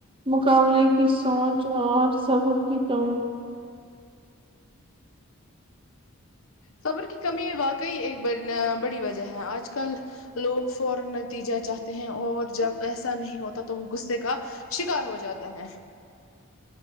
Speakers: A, on the right; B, on the left.
A: مقابلے کی سوچ اور صبر کی کمی
B: صبر کی کمی واقعی ایک بڑی وجہ ہے آج کل لوگ فورا نتیجہ چاہتے ہیں اور جب ایسا نہیں ہوتا تو وہ غصے کا شکار ہو جاتے ہیں